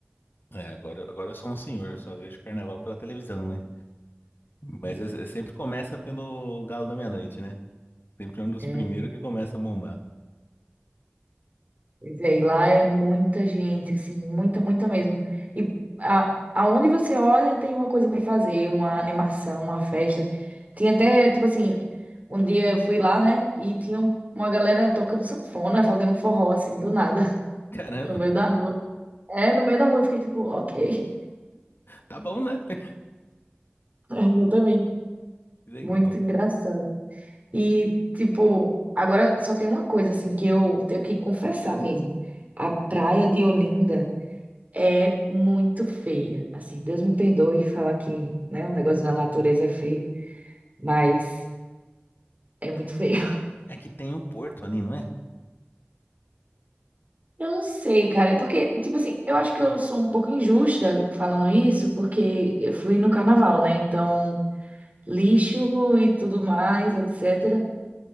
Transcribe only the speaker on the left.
é, agora, agora eu sou um senhor, só vejo carnaval pela televisão, né? Mas é- é sempre começa pelo Galo da Meia-Noite, né? Sempre é um dos
primeiros que começa a bombar.
<laughs> Caramba,
tá bom, né? <laughs>
Que Legal.
É que tem o Porto ali, não é?